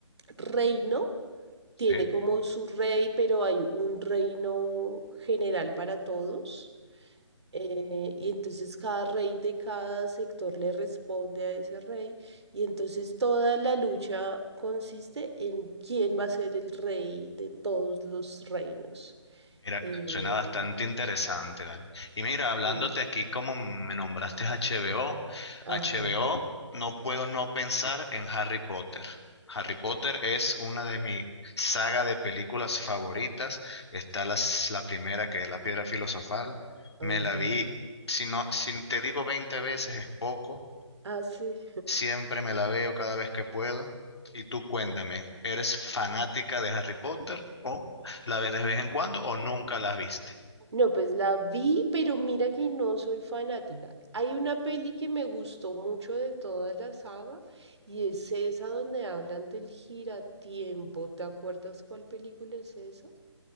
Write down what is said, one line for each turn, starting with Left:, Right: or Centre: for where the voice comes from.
Right: reino
Left: sí.
Right: tiene como su rey, pero hay un reino general para todos. eh, y entonces cada rey de cada sector le responde a ese rey. Y entonces toda la lucha consiste en quién va a ser el rey de todos los reinos.
Left: Mira,
Right: Eh,
Left: suena bastante interesante, ¿vale? Y mira,
Right: sí,
Left: hablándote aquí como me nombraste HBO, HBO,
Right: Ajá,
Left: no puedo no pensar en Harry Potter. Harry Potter es una de mis saga de películas favoritas. Está las- la primera, que es La Piedra Filosofal.
Right: ajá.
Left: Me la vi, si no, si te digo 20 veces es poco.
Right: Ah, sí.
Left: Siempre me la veo cada vez que puedo. Y tú cuéntame, ¿eres fanática de Harry Potter o la ves de vez en cuando o nunca la viste?
Right: No, pues la vi, pero mira que no soy fanática. Hay una peli que me gustó mucho de toda la saga y es esa donde hablan del giratiempo. ¿Te acuerdas cuál película es esa?